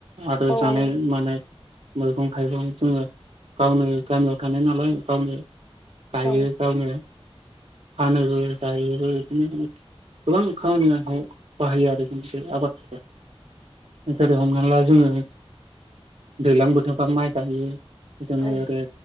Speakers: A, on the right; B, on the left.
A: आरो
B: औ
A: जानाय मानाय मैगं थाइगं जोङो गावनो गामियाव थानाय नालाय गावनो गायो
B: औ
A: गावनो फानोबो जायोबो इदिनो गोबां खामानिहाव बाहायो आरो आबादफोरखौ इन्सादो हमना ला जोङो दैज्लां बोथोरबा माइ गायो। बिदोंनो
B: औ
A: आरै